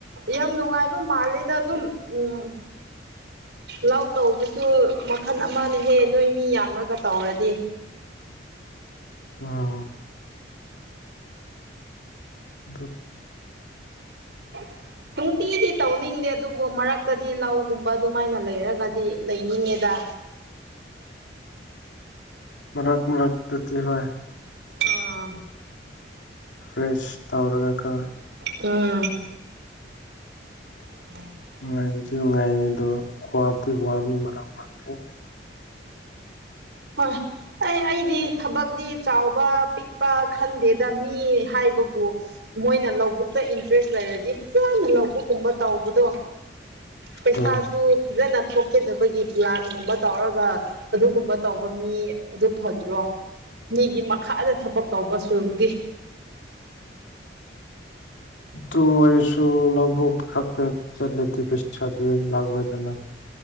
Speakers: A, on the right; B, on the left.
A: ꯌꯥꯝ ꯅꯨꯡꯉꯥꯏꯕ ꯃꯥꯜꯂꯦꯗ ꯑꯗꯨꯝ ꯎꯝ ꯂꯥꯎ ꯇꯧꯕꯁꯨ ꯃꯈꯜ ꯑꯃꯅ ꯍꯦꯛ ꯅꯣꯏ ꯃꯤ ꯌꯥꯝꯃꯒ ꯇꯧꯔꯗꯤ
B: ꯎꯝ ꯑꯗꯣ
A: <inaudible> ꯅꯨꯡꯇꯤꯗꯤ ꯇꯧꯅꯤꯡꯗꯦ ꯑꯗꯨꯕꯨ ꯃꯔꯛꯇꯗꯤ ꯂꯧꯒꯨꯝꯕ ꯑꯗꯨꯃꯥꯏꯅ ꯂꯩꯔꯒꯗꯤ ꯂꯩꯅꯤꯡꯉꯦꯗ
B: ꯃꯔꯥꯛ ꯃꯣꯔꯥꯛ ꯇꯇ ꯍ
A: ꯑꯥ
B: ꯐ꯭ꯔꯦꯁ ꯇꯧꯔꯗꯀ
A: ꯎꯝ <inaudible>
B: ꯅꯨꯡꯉꯥꯏꯁꯨ ꯅꯨꯡꯉꯥꯏꯌꯦ ꯑꯗꯣ ꯈ꯭ꯕꯗꯤ ꯋꯥꯕꯅꯤ ꯃꯔꯛ ꯃꯔꯛꯇꯦ
A: ꯍꯣꯏ ꯑꯦ ꯑꯩꯗꯤ ꯊꯕꯛꯇꯤ ꯆꯥꯎꯕ ꯄꯤꯛꯄ ꯈꯟꯗꯦꯗ ꯃꯤ ꯍꯥꯏꯕꯕꯨ ꯃꯣꯏꯅ ꯂꯧꯕꯨꯛꯇ ꯏꯟꯇꯔꯦꯁ ꯂꯩꯔꯗꯤ ꯐꯖꯅ ꯂꯧꯕꯨꯛꯀꯨꯝꯕ ꯇꯧꯕꯗꯣ ꯄꯩꯁꯥꯁꯨ
B: ꯑꯗꯨ
A: ꯐꯖꯅ ꯊꯣꯛꯀꯗꯕꯒꯤ ꯄ꯭ꯂꯥꯟꯒꯨꯝꯕ ꯇꯧꯔꯒ ꯑꯗꯨꯒꯨꯝꯕ ꯇꯧꯕ ꯃꯤ ꯑꯗꯨ ꯐꯗ꯭ꯔꯣ ꯃꯤꯒꯤ ꯃꯈꯥꯗ ꯊꯕꯛ ꯇꯧꯕ ꯁꯔꯨꯛꯄꯨꯘꯤ
B: ꯑꯘꯨ ꯑꯣꯏꯔꯁꯨ ꯂꯧꯕꯨꯛ ꯈꯛꯇꯥ ꯆꯠꯂ ꯘꯤ ꯄꯩꯁꯗꯤ ꯂꯥꯛꯑꯣꯏꯗꯅ